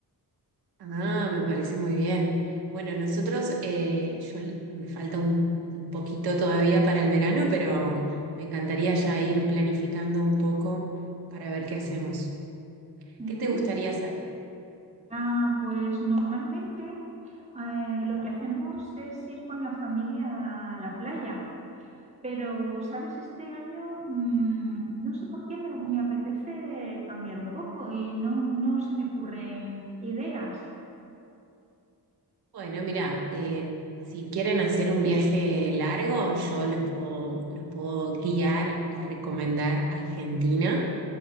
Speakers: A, on the right; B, on the right.
A: Ah, me parece muy bien. Bueno, nosotros, eh, yo l- me falta un, un poquito todavía para el verano, pero me encantaría ya ir planificando un poco para ver qué hacemos.
B: Ujú.
A: ¿Qué te gustaría hacer?
B: Ah, pues normalmente eh, lo que hacemos es ir con la familia a la playa, pero, ¿sabes? Este año mm, no sé por qué me, me apetece cambiar un poco y no, no se me ocurren ideas.
A: Bueno, mira, eh, si quieren hacer un viaje largo, yo los puedo, los puedo guiar y recomendar Argentina.